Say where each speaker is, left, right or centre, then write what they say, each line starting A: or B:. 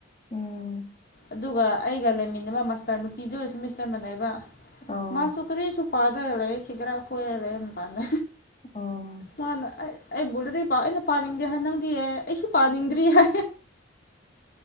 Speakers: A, on the left; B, on the left.
A: ꯎꯝ
B: ꯑꯗꯨꯒ ꯑꯩꯒ ꯂꯩꯃꯤꯟꯅꯕ ꯃꯥꯁꯇꯔ ꯅꯨꯄꯤꯗꯨ ꯑꯣꯏ ꯁꯦꯃꯤꯁꯇꯔ ꯃꯅꯩꯕ
A: ꯑꯣ
B: ꯃꯥꯁꯨ ꯀꯔꯤ ꯄꯥꯗ ꯂꯩꯦ ꯁꯤꯒꯔ ꯀꯣꯏꯔ ꯂꯩꯦ ꯄꯥꯟꯅꯦ
A: ꯑꯣ
B: ꯃꯥꯅ ꯑꯩ ꯕꯨꯜꯂꯗꯤꯗꯤ ꯑꯩꯅ ꯄꯥꯅꯤꯡꯗꯦ ꯍꯥꯏ ꯅꯪꯗꯤ ꯑꯦ ꯑꯩꯁꯨ ꯄꯥꯅꯤꯡꯗ꯭ꯔꯤ ꯍꯥꯏ